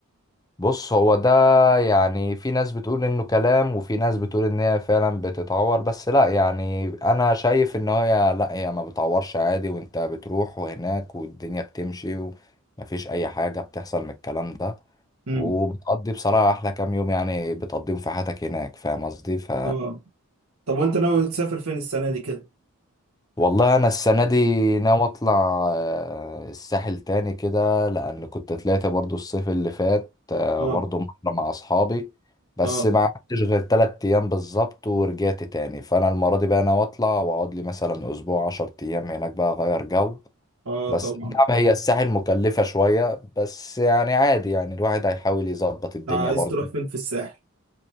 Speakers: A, on the left; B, on the right.
A: بص هو ده يعني في ناس بتقول انه كلام وفي ناس بتقول ان هي فعلا بتتعور بس لا يعني انا شايف ان هي لا هي ما بتعورش عادي وانت بتروح وهناك والدنيا بتمشي ومفيش اي حاجة بتحصل من الكلام ده
B: امم
A: وبتقضي بصراحة احلى كام يوم يعني بتقضيهم في حياتك هناك فاهم قصدي ف
B: اه طب وانت ناوي تسافر فين السنة دي كده؟
A: والله انا السنه دي ناوي اطلع آه، الساحل تاني كده لان كنت طلعت برضو الصيف اللي فات آه،
B: اه
A: برضو مرة مع اصحابي بس
B: اه
A: ما قعدتش غير تلات ايام بالظبط ورجعت تاني فانا المره دي بقى ناوي اطلع واقعد لي مثلا اسبوع عشر ايام هناك بقى اغير جو
B: اه
A: بس
B: طبعا
A: نعم هي الساحل مكلفه شويه بس يعني عادي يعني الواحد هيحاول يظبط الدنيا
B: انت عايز
A: برضو
B: تروح فين في الساحل؟